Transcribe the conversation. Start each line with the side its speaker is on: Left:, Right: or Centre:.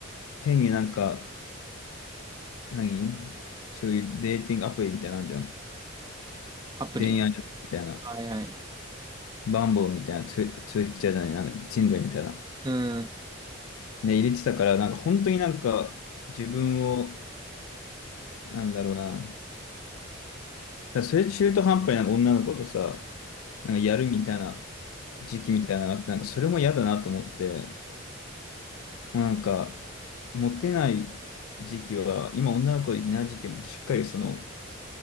Left: 変になんか、何そういうデーティングアプリみたいなのあんじゃん。
Right: アプリ。
Left: 恋愛みたいな。
Right: はいはい。
Left: バンボーみたいな、ツイツイッチャーじゃない、なんだっけ、チンジョイみたいな。
Right: うん。
Left: ね、入れてたから、なんか本当になんか自分を、なんだろうな。だからそれ中途半端になんか女の子とさ、なんかやるみたいな時期みたいなのがあって、なんかそれも嫌だなと思って、もうなんか、モテない時期は、今女の子いない時期もしっかりその、